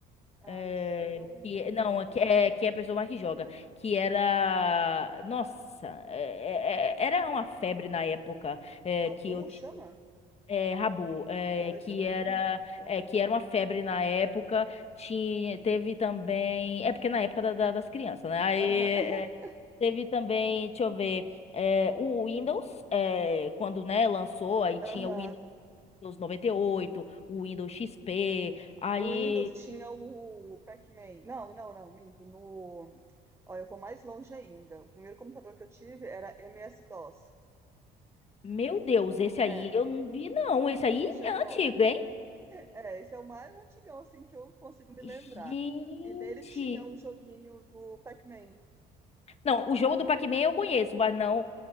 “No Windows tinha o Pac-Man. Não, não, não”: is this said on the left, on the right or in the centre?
Right